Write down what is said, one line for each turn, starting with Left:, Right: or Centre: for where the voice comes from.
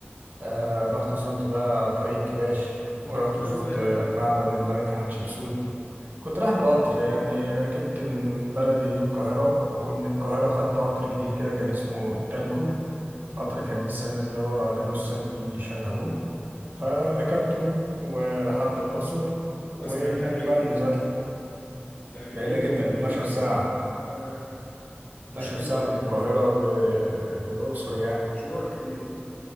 Right: آه رحت زرت بقى طريق كباش
Left: مم،
Right: ورحت
Left: رحتها
Right: زرت
Left: ازاي بقى
Right: آه، معبد الملكة حتشبسوت كنت رايح بالقطر يعني ركبت من بلدي للقاهرة ومن القاهرة خدت قطر جديد كده كان اسمه التالجو
Left: مم،
Right: قطر كان لسه نازل هو كان لسه بيشغلوه فركبته ولحد الأقصر وهناك
Left: اسمع انها بعيده
Right: بقى نزلت
Left: يعني بعيده
Right: بعيدة جدا
Left: بعيده
Right: 12 ساعة
Left: ياه مشوار
Right: 12 ساعة
Left: يعني
Right: من القاهرة ل- ل- للأقصر يعني
Left: مشوار كبير